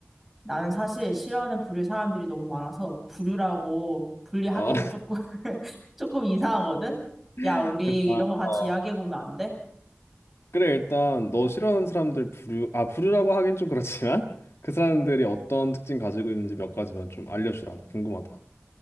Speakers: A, in the centre; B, on the left.
A: 나는 사실 싫어하는 부류의 사람들이 너무 많아서 부류라고 분리하기도
B: 아,
A: 조금, <laughs> 조금 이상하거든? 야,
B: <laughs>
A: 우리
B: 그래, 나,
A: 이런 거 같이
B: 어.
A: 이야기해보면 안 돼?
B: 그래, 일단 너 싫어하는 사람들 부류, 아, 부류라고 하긴 좀 그렇지만 <laughs> 그 사람들이 어떤 특징 가지고 있는지 몇 가지만 좀 알려주라. 나 궁금하다.